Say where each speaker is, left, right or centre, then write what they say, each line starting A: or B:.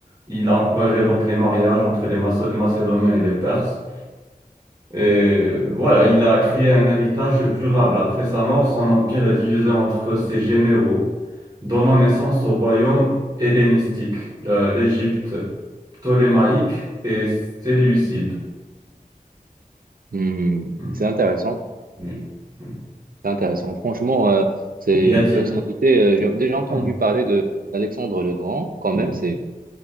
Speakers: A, on the right; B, on the right.
A: Il a encouragé donc les mariages entre les Mac- Macédoniens et les Perses. Et voilà, il a créé un héritage durable. Après sa mort, son empire est divisé entre ses généraux, donnant naissance au royaume hellénistique, la- l'Égypte. Tolémaïque et Séleucide.
B: mhm.
A: Hmm,
B: C'est intéressant.
A: Oui. hmm.
B: C'est intéressant. Franchement, euh, c'est
A: Y
B: une
A: a-t-il?
B: personnalité. euh, j'ai déjà entendu
A: Hmm,
B: parler de d'Alexandre le Grand. Quand même,
A: hmm,
B: c'est